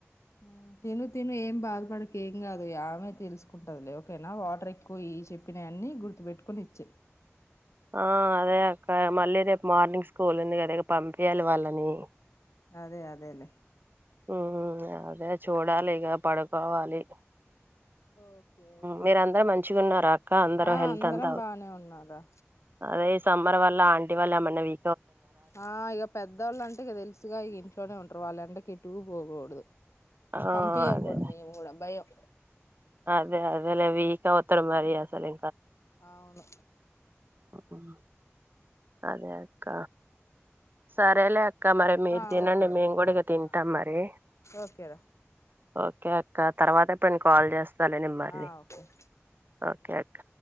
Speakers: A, on the left; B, on the right.
A: హు తిను తిను ఏం బాధపడక ఏం కాదు ఆమె తెలుసుకుంటదిలే ఓకేనా వాటర్ ఎక్కువ ఇ ఈ చెప్పినాయి అన్నీ గుర్తు పెట్టుకొని ఇచ్చాయి
B: ఆ అదే అక్క మళ్ళీ రేపు మార్నింగ్ స్కూల్ ఉంది కదా ఇగ పంపియ్యాలి వాళ్ళని
A: అదే అదేలే
B: ఉ అదే చూడాలి ఇక పడుకోవాలి
A: ఓకే ఓకే
B: మీరందరూ మంచిగా ఉన్నారా అక్క అందరు
A: ఆ
B: హెల్త్
A: అందరం
B: అంతా
A: బానే ఉన్నారా
B: అదే ఈ సమ్మర్ వల్ల ఆంటీ వాళ్ళు ఏమన్నా వి
A: ఆ ఇక పెద్దోళ్ళు అంటే ఇక తెలుసుగా ఇక ఇంట్లోనే ఉంటరు వాళ్ళు ఎండకి ఎటు పోకూడదు
B: ఆ
A: పంపియ్యం
B: అదే
A: కూడా మేము కూడా భయం
B: అదే అదేలే వీక్ అవుతారు మారి అసలె
A: అవును
B: ఉమ్ అదే అక్క సరేలే అక్క మరి మీరు
A: ఆ
B: తినండి
A: ఓకే ఓకే
B: మేము కూడా ఇక తింటాం
A: ఆ
B: మరి
A: ఓకేరా
B: ఓకే అక్క తర్వాత ఎప్పుడైన కాల్ చేస్తాలే నేను మళ్ళీ
A: ఆ ఓకే
B: ఓకే అక్క